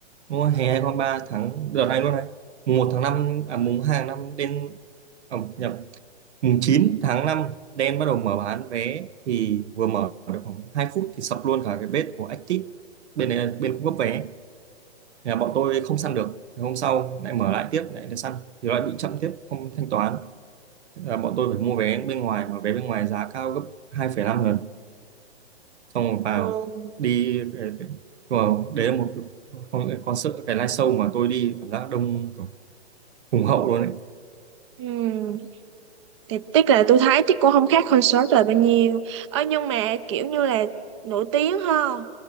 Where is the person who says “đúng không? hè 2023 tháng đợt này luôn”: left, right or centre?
Right